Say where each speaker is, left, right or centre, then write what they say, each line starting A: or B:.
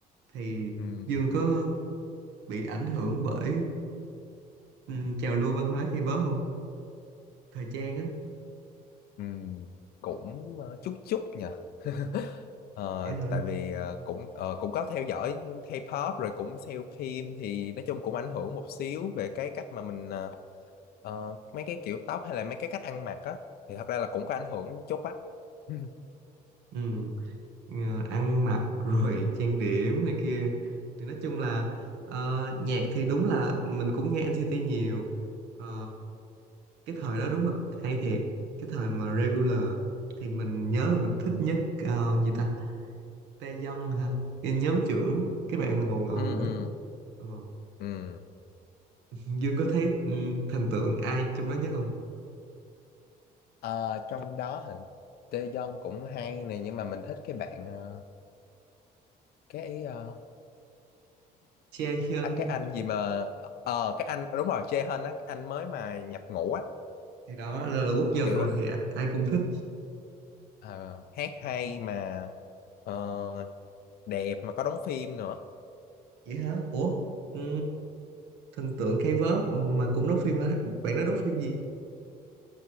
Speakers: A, on the right; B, on the left.
A: thì
B: Ừm,
A: Dương có bị ảnh hưởng bởi ừm, trào lưu văn hóa K-pop không thời trang á
B: ừm, cũng ờ, chút chút nhỉ <laughs> Ờ,
A: Vậy hả?
B: tại vì ờ, cũng ờ, cũng có theo dõi K-pop rồi cũng xem phim thì nói chung cũng ảnh hưởng một xíu về cái cách mà mình ờ, Ờ, mấy cái kiểu tóc hay là mấy cái cách ăn mặc á thì thật ra là cũng có ảnh hưởng chút á <laughs> ừ
A: ừ ờ, ăn mặc rồi <laughs> trang điểm này kia thì nói chung là ờ, nhạc thì đúng là mình cũng nghe NCT nhiều Ờ, cái thời đó đúng là hay thiệt cái thời mà regular thì mình nhớ là mình thích nhất ờ, gì ta Taeyeon ha cái nhóm trưởng cái bạn mà ngầu ngầu
B: ừ
A: đó
B: ừ
A: Ờ.
B: ừ.
A: Dương có thấy ừ, thần tượng ai trong đó nhất không
B: Ờ, trong đó hả Taeyeon cũng hay này nhưng mà mình thích cái bạn ờ, cái ờ,
A: Jaehyun
B: à, cái
A: á.
B: anh gì mà ờ cái anh đúng rồi Jaehyun á cái anh mới mà nhập ngũ á
A: thì đó là, là quốc dân
B: kiểu
A: rồi thì ai cũng thích
B: ờ, hát hay mà ờ, đẹp mà có đóng phim nữa
A: vậy hả ủa ừ, thần tượng K-pop mà cũng đóng phim hả bạn đó đóng phim gì